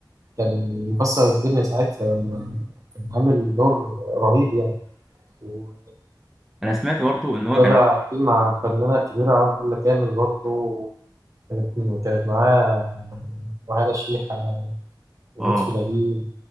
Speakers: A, on the right (about 45°); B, in the centre.
A: كان مكسر الدنيا ساعتها لما كان عامل دور رهيب يعني و-
B: انا سمعت برضه
A: وطلع
B: ان هو كان عامل-
A: فيه مع الفنانة الكبيرة عبلة كامل برضه كانت كانت معاه وهذا شيحة ولطفي
B: اه
A: لبيب